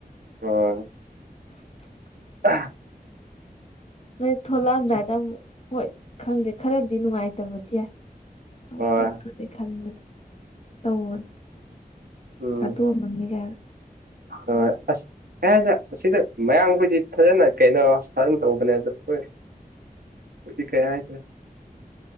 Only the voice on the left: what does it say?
<inaudible>
ꯅꯣꯏ ꯊꯂꯛꯑꯝꯗꯥꯏꯗ ꯑꯃꯨꯛ ꯍꯣꯏ ꯈꯪꯗꯦ ꯈꯔꯗꯤ ꯅꯨꯡꯉꯥꯏꯇꯕꯗꯤ ꯌꯥꯏ ꯑꯃꯨꯛ
ꯆꯠꯄꯅꯦ ꯈꯟꯕꯗ ꯇꯧꯕꯅꯦ
ꯊ ꯑꯗꯨꯃꯅꯤꯒ